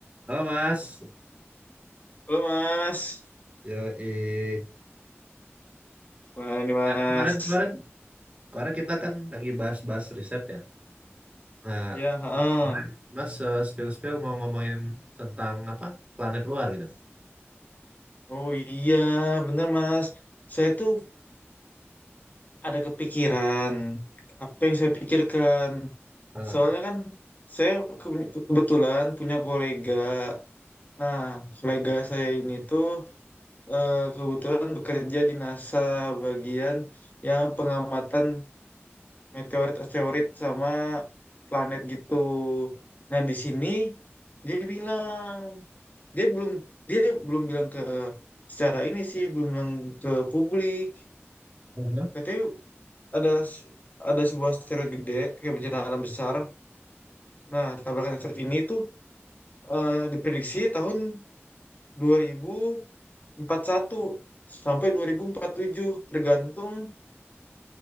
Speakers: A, on the right; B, on the left.
A: Halo Mas,
B: Halo Mas,
A: Yoi.
B: gimana nih Mas?
A: Kemarin kemarin kemarin kita kan lagi bahas-bahas riset ya. Nah,
B: Ya, heeh.
A: kemarin Mas eh, spill-spill mau ngomongin tentang apa planet luar gitu.
B: Oh iya, bener Mas. Saya tuh ada kepikiran. Apa yang saya pikirkan?
A: Heeh.
B: Soalnya kan saya ke- kebetulan punya kolega. Nah, kolega saya ini tuh eh, kebetulan bekerja di NASA bagian yang pengamatan meteorit asteroid sama planet gitu nah di sini dia bilang dia belum dia belum bilang ke secara ini sih belum bilang ke publik
A: Heeh.
B: katanya ada s- ada sebuah asteroid gede kayak bencana alam besar nah tabrakan asteroid ini itu eh, diprediksi tahun dua ribu empat puluh satu sampai dua ribu empat puluh tujuh tergantung